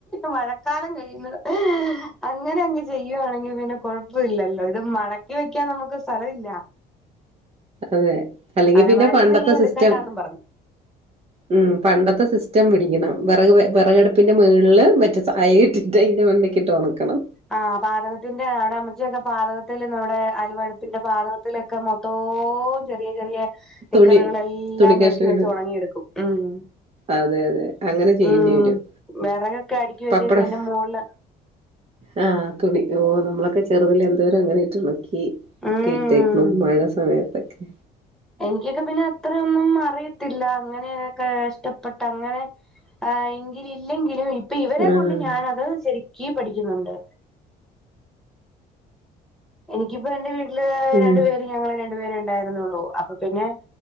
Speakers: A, in the centre; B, on the right (about 35°).
A: മഴ ക്കാലം കഴിയുന്നത് അങ്ങനെ അങ്ങ് ചെയ്യുവാണെങ്കി പിന്നെ കൊ പ്പ ഇല്ലല്ലോ ഇത് മടക്കി വെക്കാൻ നമുക്ക് സ്ഥലവില്ല
B: അതെ അല്ലെങ്കി
A: അലമാരിന്ന്
B: പിന്നെ പണ്ടത്തെ
A: ഇനി
B: സിസ്റ്റം
A: എടുക്കണ്ടാന്നും പറഞ്ഞു
B: ഉം പണ്ടത്തെ സിസ്റ്റം പിടിക്കണം വെറ വെറകടുപ്പിന്റെ മേളില് മറ്റേ അയ കെട്ടിട്ട് അയിന്റെ മണ്ടക്കിട്ട് ഉണക്കണം.
A: ആഹ് പാദകത്തിന്റെ അവടെ അമ്മച്ചിയൊക്കെ പാദകത്തേല് നമ്മടെ അലുവടുപ്പിന്റെ പാദക ത്തിലൊക്കെ മൊത്തോ ചെറിയെ ചെറിയെ നിക്കറുകളെല്ലാം
B: തുണി തുണി
A: പെറുക്കിവെച്ച്
B: കഷ്ണങ്ങൾ
A: ഒണങ്ങിയെടുക്കും ഉം
B: അതെ അതെ അങ്ങനെ ചെയ്യേണ്ടി
A: ഉം
B: വരും
A: വെറകൊക്കെ അടക്കിവെച്ചേചയിന്റെ
B: പപ്പടം
A: മോളില്
B: ആഹ് തുണി ഓഹ് നമ്മളൊക്കെ ചെറുതില് എന്തോര് അങ്ങനിട്ട് ഒണക്കി
A: ഉം
B: ക്കി ഇട്ടേയ്ക്ക്ണു മഴസമയത്തക്കെ
A: എനിക്കെക്കെ പിന്നെ അത്രയൊന്നും അറി ത്തില്ല അങ്ങനെക്കെ കഷ്ടപ്പെട്ട് അങ്ങനെ ഏഹ് എങ്കില് ഇല്ലങ്കിലും ഇപ്പ ഇവരെകൊണ്ട്
B: ആഹ്
A: ഞാനത് ശെരിക്ക്‌ പഠിക്ക്‌ന്ന്ണ്ട് എനിക്കിപ്പംഎന്റെവീട്ടില്
B: ഉം
A: രണ്ടുപേരും ഞങ്ങള് രണ്ടുപേരഉണ്ടായിരുന്നൊള്ളു അപ്പൊപിന്നെ